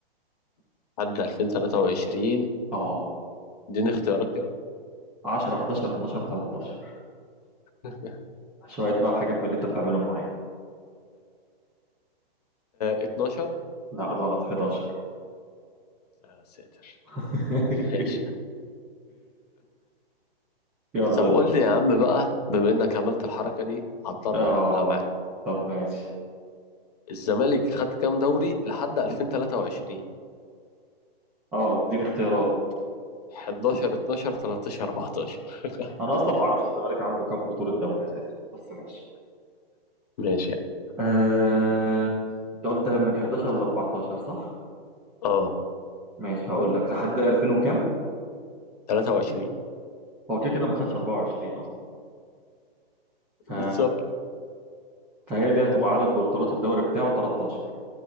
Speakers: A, on the left; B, in the centre.
A: عدى 2023
B: اه
A: اديني اختيارات كده
B: 10 11 12 13
A: آه
B: شوية بقى حاجات من اللي أنت بتعملهم معايا
A: 12
B: لا غلط 11
A: يا ساتر
B: <laughs>
A: ماشي
B: يلا
A: <laughs> طب
B: يا
A: قول
B: دور
A: لي يا عم بقى بما انك عملت الحركه دي هضطر
B: اه
A: اعملها معاك
B: طب ماشي
A: الزمالك خد كام دوري لحد 2023
B: اه اديني اختيارات
A: 11 12 13 14 <laughs>
B: أنا أصلا ما أعرفش الزمالك عنده كام بطولة دوري أساسا بس ماشي
A: ماشي يعني.
B: آه... انت قلت من 11 ل 14 صح؟
A: اه
B: ماشي هقول لك لحد 2000 وكام؟
A: 23
B: هو كده كده ما خدش 24 اصلا
A: بالظبط
B: ف... فهي دي هتبقى عدد بطولات الدوري بتاعه 13